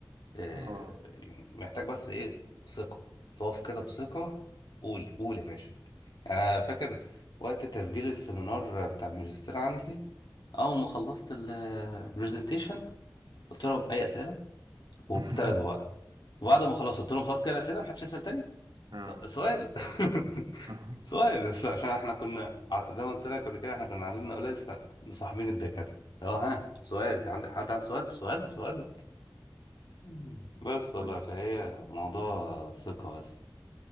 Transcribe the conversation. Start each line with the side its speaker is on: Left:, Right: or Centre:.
Left: آه،
Right: اه
Left: يعني محتاج بس ايه ثقة تقف كده بثقة قول قول يا باشا انا فاكر وقت تسجيل السيمينار بتاع الماجستير عندي اول ما خلصت البرزنتيشن قلت لهم اي اسئله وابتدوا
Right: <laughs>
Left: بقى وبعد ما خلصت قلت لهم خلاص كده اسئله محدش يسال تاني
Right: آه.
Left: طب سؤال
Right: <laughs>
Left: <laughs> سؤال بس عشان احنا كنا ع- زي ما قلت لك قبل كده احنا كنا عددنا قليل فمصاحبين الدكاتره لو ها سؤال عندك حد عنده سؤال سؤال سؤال مم. بس
Right: كويس.
Left: والله فهي موضوع ثقة بس